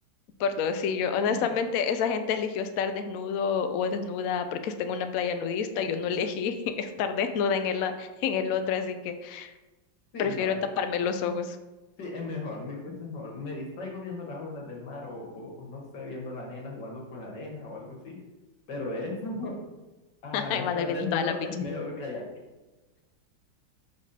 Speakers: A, on the left; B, on the left.
A: Por dos, sí, yo honestamente,
B: <laughs>
A: esa gente eligió estar desnudo o desnuda porque está en una playa nudista. Yo no elegí <laughs> estar desnuda en el, a- en el otro, así que
B: Sí,
A: prefiero
B: no,
A: taparme los ojos.
B: Sí, es mejor, mil veces mejor. Me distraigo viendo las olas del mar o, o- o no sé, viendo la arena, jugando con la arena o algo así. Pero eso, <laughs> a
A: <laughs> Y
B: estar
A: van a ir viendo
B: desnudo
A: todas las bichas.
B: es mejor, cállate.